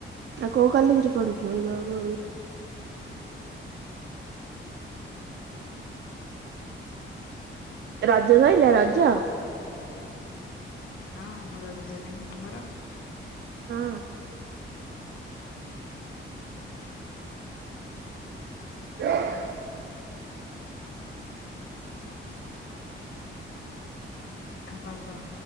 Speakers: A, on the right; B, on the left.
A: ଆଉ କୋଉ କଲେଜ ରେ ପଢୁଛୁ ଏଇ ରଜ କହିଲା ରଜ?
B: ହଁ ଆମ ରଜ ସରିଲଣି ତମର?
A: ହଁ। <inaudible>
B: ଆଉ କଣ କହ?